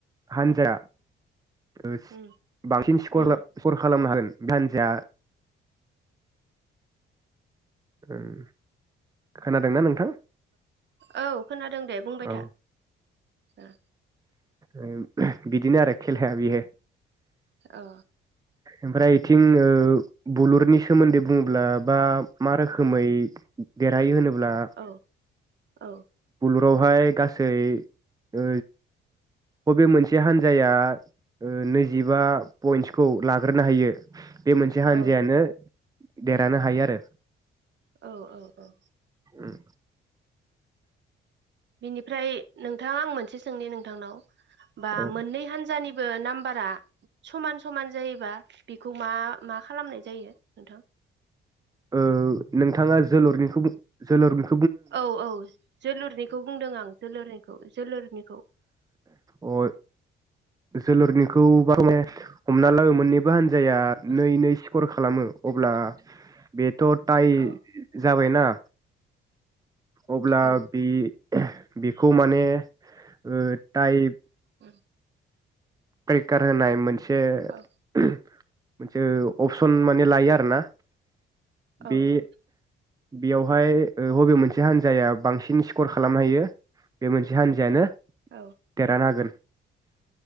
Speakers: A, on the right (about 20°); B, on the right (about 65°).
A: हान्जा ओ
B: उम
A: बांसिन स स्कर
B: उम
A: खालामनो हागोन दान जा ओम खोनादोंना नोंथां
B: औ औ खोनादों दे बुंबाय
A: औ
B: था ओ
A: ओ बिदिनो आरो खेलाया बेयो
B: औ
A: ओमफ्राय इथिं ओ बलुरनि सोमोन्दै बुङोब्ला बा मा रोखोमै देरहायो होनोब ब्ला
B: औ औ
A: बाहाय गासै ओ बबे मोनसे हान्जाया नैजिबा पइन्टसखौ लाग्रोनो हायो बे मोनसे हान्जायानो
B: औ
A: देरहानो हायो आरो
B: औ औ
A: उम
B: बिनिफ्राय नों नोंथाङा आं मोनसे सोंनि नोंथांनाव बा
A: औ
B: मोननै हानजानि बो नाम्बारा समान समान जायोबा बेखौ मा मा खालामनाय जायो नोंथां
A: ओ नोंथाङा जोलुरनिखौ जोलुरनि
B: औ औ जोलुरनिखौ बुंदों आं जोलुरनिखौ जोलुरनिखौ
A: अ जोलुरनिखौ बा हले हमना लाबो मोननैबो हान जाया
B: औ
A: नै नै स्कर खालामो अब्ला बे थ थाय
B: औ औ
A: जाबायना अब्ला
B: औ
A: बि बेखौ माने ओ टाइप
B: <inaudible>
A: पैकार होनाय मोनसे से
B: औ
A: मोनसे अपसन माने लायो आरोना बे
B: औ औ
A: बेयावहाय ओ बबे मोनसे हान्जाया बांसिन स्कर खालामनो हायो बे मोनसे हानजायानो
B: औ
A: देरहानो हागोन